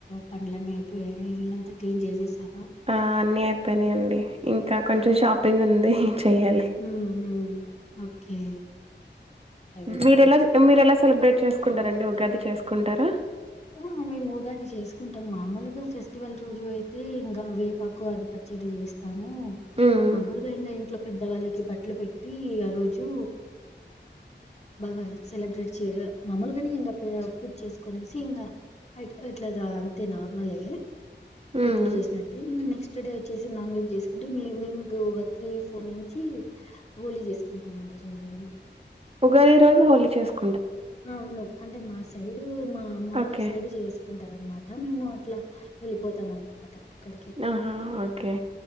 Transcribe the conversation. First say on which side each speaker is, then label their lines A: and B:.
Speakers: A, on the left (about 35°); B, on the right (about 30°).
A: పనులన్నీ అయిపోయాయ ఇల్లంతా క్లీన్ చేసేసా
B: ఆ అన్ని అయిపోయానాయండి ఇంకా కొంచెం షాపింగ్ ఉంది చెయ్యాలి
A: హుహు ఓకే అదైతే
B: మీరెలా మీరెలా సెలబ్రేట్ చేసుకుంటారండి ఉగాది చేసుకుంటారా
A: ఆ మేము ఉగాది చేసుకుంటాం మామూలుగా ఫెస్టివల్ రోజు అయితే ఇంగా వేపాకు అది ప పచ్చడి చేస్తాము
B: మ్మ్
A: మామలుగా ఇంగ ఇంట్లో పెద్దవాళ్ళకి బట్టలు పెట్టి ఆ రోజు బాగా సెలబ్రేట్ చెయ మామూలుగాని ఇంకా పూజ చేసుకొని చింగా అ అట్లా అంతే నార్మలే
B: మ్మ్
A: ఎప్పుడు చేసినట్టే ఇంగా నెక్స్ట్ డే వచ్చేసి నాన్ వెజ్ చేసుకుంటే ఈవినింగ్ ఒక త్రీ ఫోర్ నుంచి హోలీ చేసుకుంటామండి ఉ
B: ఉగాది రోజు హోలీ చేసుకు
A: అవును అంటే మా సైడు మా అమ్మ
B: ఓకే
A: వాళ్ళ సైడ్ చేసుకుంటారన్నమాట మేము అట్లా వెళ్ళిపోతాం అన్నమాట అక్కడికి
B: ఆహా ఓకే